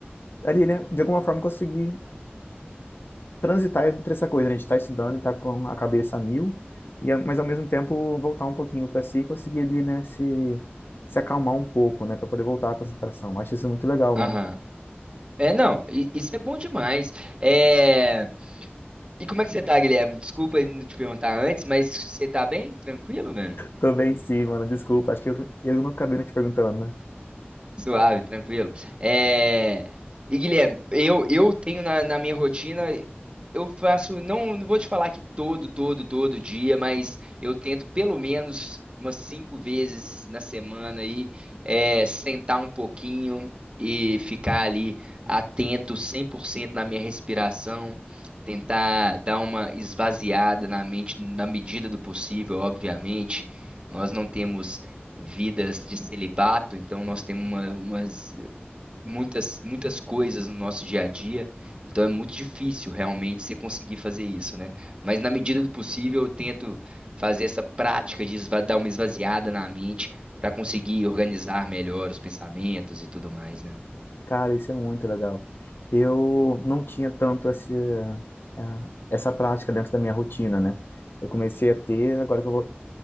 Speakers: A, on the left; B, on the right.
A: ali, né, de alguma forma conseguir transitar entre essa coisa, né? De estar estudando e estar com a cabeça a mil, e, a- mas ao mesmo tempo voltar um pouquinho para si e conseguir ali, né, se, se acalmar um pouco, né, para poder voltar à concentração. Eu Acho isso muito legal,
B: aham.
A: mano.
B: É, não, i- isso é bom demais. É... E como é que você tá, Guilherme? Desculpa não te perguntar antes, mas você tá bem? Tranquilo, velho?
A: Tô bem sim, mano, desculpa. Acho que eu, eu não acabei não te perguntando, né?
B: Suave, tranquilo. É... E Guilherme, eu, eu tenho na, na minha rotina, eu faço, não, não vou te falar que todo, todo, todo dia, mas eu tento pelo menos umas cinco vezes na semana aí, é, sentar um pouquinho e ficar ali atento 100% na minha respiração, tentar dar uma esvaziada na mente na medida do possível, obviamente. Nós não temos vidas de celibato, então nós temos uma- umas muitas muitas coisas no nosso dia a dia, então é muito difícil realmente você conseguir fazer isso, né? Mas na medida do possível eu tento fazer essa prática de esva- dar uma esvaziada na mente para conseguir organizar melhor os pensamentos e tudo mais, né?
A: Cara, isso é muito legal. Eu não tinha tanto esse, eh, essa prática dentro da minha rotina, né? Eu comecei a ter, agora que eu vou,